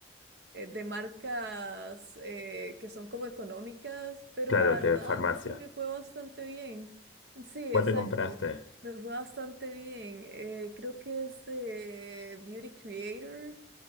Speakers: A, on the right (about 60°); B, on the left (about 80°).
A: eh, de marcas eh, que son como económicas, pero
B: Claro,
A: la verdad
B: de farmacia.
A: me fue bastante bien. Sí, exacto.
B: ¿Cuál te compraste?
A: Me fue bastante bien. Eh, creo que es de Beauty Creator.